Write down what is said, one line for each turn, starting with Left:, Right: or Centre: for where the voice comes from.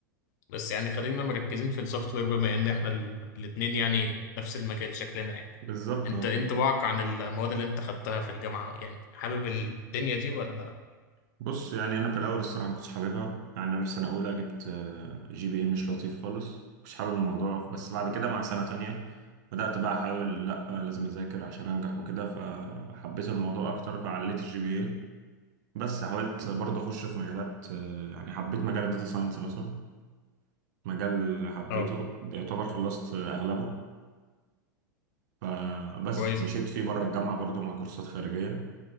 Left: بس يعني خلينا مركزين في السوفت وير بما ان احنا الاثنين يعني نفس المجال شكلنا يعني
Right: بالظبط
Left: انت إيه انطباعك عن المواد اللي انت خدتها في الجامعة يعني حابب الدنيا دي ولا
Right: بص يعني انا في الاول الصراحه ما كنتش حاببها يعني انا في سنه اولى جبت آه، جي بي اي مش لطيف خالص مش حابب الموضوع بس بعد كده مع سنه تانية بدات بقى احاول لا آه، لازم اذاكر عشان انجح وكده فحبيت الموضوع اكتر فعليت الجي بي اي بس حاولت برضه اخش في مجالات آه، يعني حبيت مجال الداتا ساينس مثلا مجال حبيته
Left: اه
Right: يعتبر خلصت آه، اغلبه فبس
Left: كويس
Right: مشيت فيه بره الجامعه برضه مع كورسات خارجيه